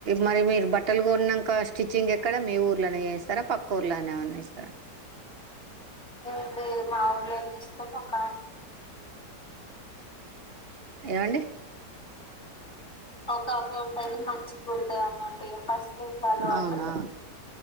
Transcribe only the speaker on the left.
ఏంలేదు మా ఊర్లోనే ఇస్తాం ఒక
ఒక ఆమె ఉంటది మంచిగుడుతది ఆమె. ఇగ ఫస్ట్ నుంచి అలవాటు.